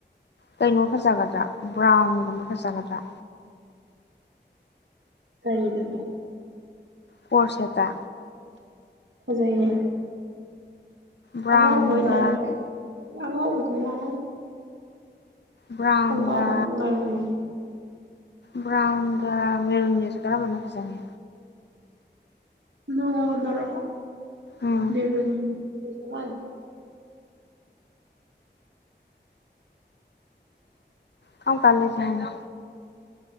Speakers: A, on the left; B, on the right.
A: ꯀꯩꯅꯣ ꯐꯖꯒꯗ꯭ꯔꯥ ꯕ꯭ꯔꯥꯎꯟꯒꯨꯝꯕ ꯐꯖꯒꯗ꯭ꯔꯥ
B: ꯀꯔꯤꯗꯅꯣ
A: ꯀꯣꯔꯁꯦꯠꯇ
B: ꯐꯖꯩꯌꯦ
A: ꯕ꯭ꯔꯥꯎꯟꯒ
B: ꯑꯉꯧꯕ ꯑꯣꯏ ꯂꯩꯒꯦ ꯑꯉꯧꯕꯁꯨ ꯌꯥꯎꯍꯧ
A: ꯕ꯭ꯔꯥꯎꯟꯒ
B: ꯈꯣꯡꯒ꯭ꯔꯥꯎ ꯈꯛꯇꯪ ꯂꯩꯔꯅꯤ
A: ꯕ꯭ꯔꯥꯎꯟꯒ ꯃꯦꯔꯨꯟꯒꯁꯦ ꯀꯔꯝꯕꯅ ꯐꯖꯥꯅꯤ
B: ꯅꯉꯣꯟꯗꯔꯣ
A: ꯎꯝ
B: ꯃꯦꯔꯨꯟ <unintelligible>
A: ꯀꯥꯝ ꯀꯥꯟ ꯂꯩꯁꯤ ꯍꯥꯏꯅꯣ